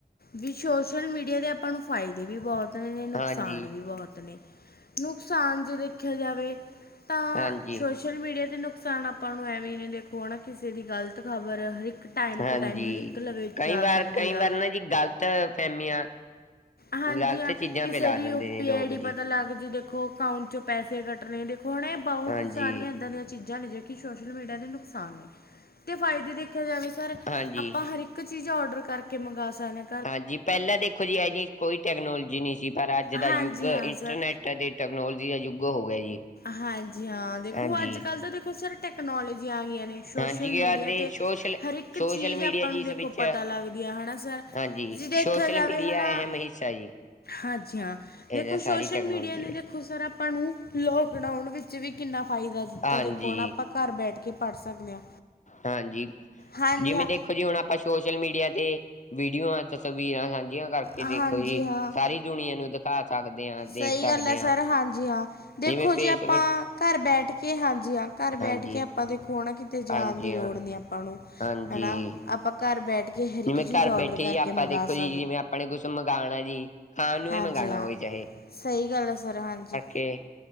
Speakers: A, on the left; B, on the left.
A: ਵੀ ਸੋਸ਼ਲ ਮੀਡੀਆ ਦੇ ਆਪਾਂ ਨੂੰ ਫਾਇਦੇ ਵੀ ਬਹੁਤ। ਨੇ ਨੁਕਸਾਨ
B: ਹਾਂਜੀ
A: ਵੀ ਬਹੁਤ ਨੇ ਨੁਕਸਾਨ ਜੇ ਦੇਖਿਆ ਜਾਵੇ। ਤਾਂ
B: ਹਾਂਜੀ
A: ਸੋਸ਼ਲ ਮੀਡੀਆ। ਤੇ ਨੁਕਸਾਨ ਆਪਾਂ ਨੂੰ ਐਵੇਂ ਜੇ ਦੇਖੋ ਹਨਾ ਕਿਸੇ ਦੀ ਗ਼ਲਤ ਖ਼ਬਰ ਹਰ ਇੱਕ। ਟਾਈਮ
B: ਹਾਂਜੀ
A: ਟੂ ਟਾਈਮ ਹਰ ਇੱਕ ਲਵੇ
B: ਕਈ
A: ਜਾ
B: ਵਾਰ-
A: ਸਕਦੀ
B: ਕਈ
A: ਆ
B: ਵਾਰ ਨਾ ਜੀ ਗ਼ਲਤ ਫਹਿਮੀਆਂ।
A: ਹਾਂਜੀ
B: ਗ਼ਲਤ
A: ਹਾਂ
B: ਚੀਜ਼ਾਂ
A: ਕਿਸੇ
B: ਫੈਲਾ
A: ਦੀ
B: ਦਿੰਦੇ
A: ਯੂ
B: ਨੇ
A: ਪੀ
B: ਲੋਕ
A: ਆਈ ਡੀ
B: ਜੀ
A: ਪਤਾ ਲੱਗ ਜੀ ਦੇਖੋ। ਅਕਾਊਂਟ ਚੋ ਪੈਸੇ ਕੱਟਣੇ ਦੇਖੋ ਹਣੇ ਬਹੁਤ
B: ਹਾਂਜੀ
A: ਸਾਰਿਆਂ ਇੱਦਾਂ ਦੀਆਂ ਚੀਜ਼ਾਂ ਨੇ ਜਿਹੜੀਆਂ ਸੋਸ਼ਲ ਮੀਡੀਆ ਦੇ ਨੁਕਸਾਨ ਨੇ ਤੇ ਫਾਇਦੇ ਦੇਖਿਆ ਜਾਵੇ ਸਰ
B: ਹਾਂਜੀ
A: ਆਪਾਂ ਹਰ ਇੱਕ। ਇੱਕ ਚੀਜ਼ ਔਡਰ ਕਰਕੇ ਮੰਗਾ ਸਕਦੇ ਆ।
B: ਹਾਂਜੀ, ਪਹਿਲਾਂ ਦੇਖੋ ਜੀ ਇਹੋ ਜੀ ਕੋਈ ਟੈਕਨੋਲਜੀ ਨਹੀਂ ਸੀ ਪਰ ਅੱਜ ਦਾ
A: ਹਾਂਜੀ
B: ਯੁੱਗ ਇੰਟਰਨੈੱਟ।
A: ਹਾਂ ਸਰ
B: ਟੈਕਨੋਲੋਜੀ ਦਾ ਯੁੱਗ ਹੋ ਗਿਆ ਜੀ।
A: ਹਾਂਜੀ ਹਾਂ ਦੇਖੋ
B: ਹਾਂਜੀ
A: ਅੱਜ ਕੱਲ੍ਹ ਤਾਂ ਦੇਖੋ ਸਰ ਟੈਕਨੋਲੋਜੀ ਆ ਗਈਆਂ ਨੇ। ਸ਼ੋਸ਼ਲ
B: ਹਾਂਜੀ ਯਾਰ
A: ਮੀਡੀਆ
B: ਦੇ
A: 'ਤੇ
B: ਸੋਸ਼ਲ
A: ਹਰ ਇੱਕ
B: ਸੋਸ਼ਲ
A: ਚੀਜ਼
B: ਮੀਡੀਆ
A: ਆਪਾਂ
B: ਜੀ
A: ਨੂੰ
B: ਇਸ
A: ਦੇਖੋ
B: ਵਿੱਚ
A: ਪਤਾ ਲੱਗਦੀ ਹੈ ਹਨਾ ਸਰ।
B: ਹਾਂਜੀ
A: ਜੇ
B: ਜੀ,
A: ਦੇਖਿਆ
B: ਸੋਸ਼ਲ
A: ਜਾਵੇ
B: ਮੀਡੀਆ
A: ਹੈ ਨਾ
B: ਅਹਿਮ ਹਿੱਸਾ ਜੀ।
A: ਹਾਂਜੀ ਹਾਂ
B: ਇਹਦਾ
A: ਦੇਖੋ
B: ਸਾਰੀ
A: ਸੋਸ਼ਲ
B: ਟੈਕਨੋਲੋਜੀ
A: ਮੀਡੀਆ ਨੇ। ਦੇਖੋ
B: ਹੈ
A: ਸਰ ਆਪਾਂ ਨੂੰ ਲੋਕਡਾਊਨ ਵਿੱਚ ਵੀ ਕਿੰਨਾ ਫਾਇਦਾ ਦਿੱਤਾ
B: ਹਾਂਜੀ
A: ਦੇਖੋ ਹੁਣ ਆਪਾਂ ਘਰ ਬੈਠ ਕੇ। ਪੜ੍ਹ ਸਕਦੇ ਹਾਂ
B: ਹਾਂਜੀ
A: ਹਾਂਜੀ
B: ਜਿਵੇਂ
A: ਹਾਂ
B: ਦੇਖੋ ਜੀ ਹੁਣ ਆਪਾਂ ਸੋਸ਼ਲ ਮੀਡੀਆ ਤੇ। ਵੀਡੀਓਆਂ, ਤਸਵੀਰਾਂ ਸਾਂਝੀਆਂ ਕਰਕੇ
A: ਹਾਂਜੀ
B: ਦੇਖੋ ਜੀ
A: ਹਾਂ
B: ਸਾਰੀ ਦੁਨੀਆਂ ਨੂੰ ਦਿਖਾ ਸਕਦੇ ਹਾਂ। ਦੇਖ
A: ਸਹੀ
B: ਸਕਦੇ
A: ਗੱਲ ਹੈ ਸਰ
B: ਹਾਂ
A: ਹਾਂਜੀ ਹਾਂ। ਦੇਖੋ
B: ਜਿਵੇਂ ਫੇਸਬੁੱਕ
A: ਜੀ ਆਪਾਂ ਘਰ ਬੈਠ ਕੇ ਹਾਂਜੀ ਹਾਂ ਘਰ
B: ਹਾਂਜੀ
A: ਬੈਠ ਕੇ। ਆਪਾਂ ਦੇਖੋ ਨਾ ਕਿਤੇ
B: ਹਾਂਜੀ
A: ਜਾਣ ਲੋੜ
B: ਹਾਂ
A: ਨਹੀਂ। ਆਪਾਂ ਨੂੰ
B: ਹਾਂਜੀ
A: ਹਨਾ ਆਪਾਂ ਘਰ ਬੈਠ ਕੇ ਹਰ ਇੱਕ
B: ਜਿਵੇਂ
A: ਚੀਜ਼
B: ਘਰ
A: ਔਡਰ
B: ਬੈਠੇ
A: ਕਰਕੇ
B: ਹੀ ਆਪਾਂ
A: ਮੰਗਵਾ
B: ਦੇਖੋ
A: ਸਕ।
B: ਜਿਵੇਂ ਆਪਣੇ ਕੁਛ ਮੰਗਉਣਾ ਐ ਜੀ ਖਾਣ ਨੂੰ
A: ਹਾਂਜੀ
B: ਵੀ ਮੰਗਵਾਉਣਾ
A: ਹਾਂ
B: ਹੋਵੇ ਚਾਹੇ।
A: ਸਹੀ ਗੱਲ ਹੈ ਸਰ ਹਾਂਜੀ। ‌
B: ਅਤੇ <unintelligible>